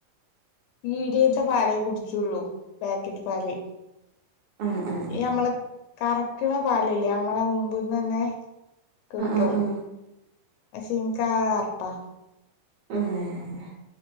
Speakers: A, on the left; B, on the right.
A: പീടിയേത്തെ പാലേ കുടിച്ചുള്ളൂ പാക്കറ്റ് പാല്
B: ആഹ് ആഹ് ആ
A: ഈ യമ്മള് കറക്ക്ണ പാലില്ലേ നമ്മള മുമ്പ്ന്ന് തന്നെ കിട്ടും
B: ആഹ് ആഹ്
A: പഷെ എനിക്കാക അറപ്പാ
B: ഏഹ്